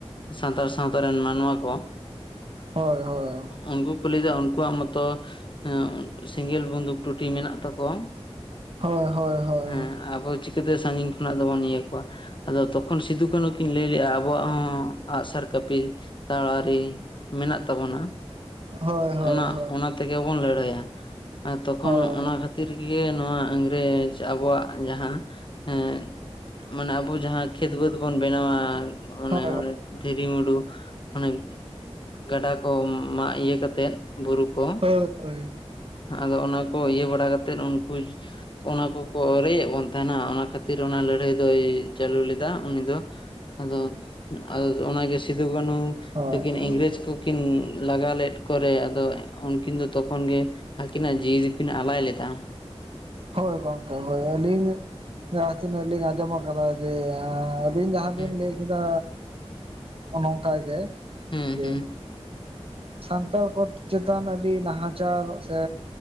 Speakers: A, on the left; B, on the right.
A: ᱥᱟᱱᱛᱟᱲ ᱥᱟᱶᱛᱟ ᱨᱮᱱ ᱢᱟᱱᱣᱟ ᱠᱚ,
B: ᱦᱳᱭ ᱦᱳᱭ
A: ᱩᱱᱠᱩ ᱠᱚ ᱞᱟᱹᱭᱫᱟ ᱩᱱᱠᱩᱣᱟᱜ ᱢᱚᱛᱚ ᱦᱮᱸ ᱥᱮᱸᱜᱮᱞ ᱵᱩᱱᱫᱩᱠ ᱴᱩᱴᱤ ᱢᱮᱱᱟᱜ ᱛᱟᱠᱚᱣᱟ᱾
B: ᱦᱳᱭ ᱦᱳᱭ ᱦᱳᱭ᱾
A: ᱦᱮᱸ ᱟᱵᱚ ᱪᱤᱠᱟᱹᱛᱮ ᱥᱟᱹᱜᱤᱧ ᱠᱷᱚᱱᱟᱜ ᱫᱚᱵᱚᱱ ᱤᱭᱟᱹ ᱠᱚᱣᱟ? ᱟᱫᱚ ᱛᱚᱠᱷᱚᱱ ᱥᱤᱫᱩ ᱠᱟᱹᱱᱩ ᱠᱤᱱ ᱞᱟᱹᱭ ᱞᱮᱜ-ᱟ ᱟᱵᱚᱣᱟᱜ ᱦᱚᱸ ᱟᱜᱼᱥᱟᱨ ᱠᱟᱹᱯᱤ ᱛᱟᱲᱣᱟᱨᱤ ᱢᱮᱱᱟᱜ ᱛᱟᱵᱚᱱᱟ᱾
B: ᱦᱳᱭ ᱦᱳᱭ ᱦᱳᱭ
A: ᱚᱱᱟ
B: ᱦᱳᱭ ᱦᱳᱭ
A: ᱚᱱᱟ ᱛᱮᱜᱮ ᱵᱚᱱ ᱞᱟᱹᱲᱦᱟᱹᱭᱟ᱾ ᱛᱚᱠᱷᱚᱱ
B: ᱦᱳᱭ
A: ᱚᱱᱟ ᱠᱷᱟᱹᱛᱤᱨ ᱜᱮ ᱱᱚᱣᱟ ᱤᱝᱨᱮᱡᱽ ᱟᱵᱚᱣᱟᱜ ᱡᱟᱦᱟᱸ ᱮᱸ ᱢᱟᱱᱮ ᱟᱵᱚ ᱡᱟᱦᱟᱸ ᱠᱷᱮᱛ ᱵᱟᱹᱫᱽ ᱵᱚᱱ ᱵᱮᱱᱟᱣᱟ ᱚᱱᱮ
B: ᱦᱳᱭ
A: ᱚᱸᱰᱮ ᱫᱷᱤᱨᱤ ᱢᱩᱰᱩ ᱚᱱᱮ ᱜᱟᱰᱟ ᱠᱚᱢ ᱢᱟᱜ ᱤᱭᱟᱹ ᱠᱟᱛᱮᱫ ᱵᱩᱨᱩ ᱠᱚ
B: ᱦᱳᱭ ᱦᱳᱭ᱾
A: ᱟᱫᱚ ᱚᱱᱟ ᱠᱚ ᱤᱭᱟᱹ ᱵᱟᱲᱟ ᱠᱟᱛᱮᱫ ᱩᱱᱠᱩ ᱚᱱᱟ ᱠᱚᱠᱚ ᱨᱮᱡᱮᱫ ᱵᱚᱱ ᱛᱟᱦᱮᱱᱟ, ᱚᱱᱟ ᱠᱷᱟᱹᱛᱤᱨ ᱚᱱᱟ ᱞᱟᱹᱲᱦᱟᱹᱭ ᱫᱚᱭ ᱪᱟᱹᱞᱩ ᱞᱮᱫᱟ ᱩᱱᱤ ᱫᱚ᱾ ᱟᱫᱚ ᱟᱫᱚ ᱚᱱᱟ ᱜᱮ ᱥᱤᱫᱩ ᱠᱟᱹᱱᱦᱩ
B: ᱦᱳᱭ
A: ᱛᱟᱹᱠᱤᱱ
B: ᱦᱳᱭ
A: ᱤᱝᱨᱮᱡᱽ ᱠᱚ ᱠᱤᱱ ᱞᱟᱜᱟ ᱞᱮᱫ ᱠᱚᱨᱮ, ᱟᱫᱚ ᱩᱱᱠᱤᱱ ᱫᱚ ᱛᱚᱠᱷᱚᱱ ᱜᱮ ᱟᱹᱠᱤᱱᱟᱜ ᱡᱤᱣᱤ ᱫᱚᱠᱤᱱ ᱟᱞᱟᱭ ᱞᱮᱫᱟ᱾
B: ᱦᱳᱭ ᱜᱚᱝᱠᱮ ᱦᱳᱭ, ᱟᱹᱞᱤᱧ ᱡᱟᱦᱟᱸ ᱛᱤᱱᱟᱹᱜ ᱞᱤᱧ ᱟᱸᱡᱚᱢ ᱟᱠᱟᱫᱟ ᱡᱮ ᱟᱹᱵᱤᱱ ᱡᱟᱦᱟᱸ
A: ᱦᱩᱸ
B: ᱵᱤᱱ ᱞᱟᱹᱭ ᱠᱮᱫᱟ ᱮᱸ ᱱᱚᱝᱠᱟ ᱜᱮ
A: ᱦᱩᱸ
B: ᱡᱮ
A: ᱦᱩᱸ
B: ᱥᱟᱱᱛᱟᱲ ᱠᱚ ᱪᱮᱛᱟᱱ ᱟᱹᱰᱤ ᱱᱟᱦᱟᱪᱟᱨ ᱥᱮ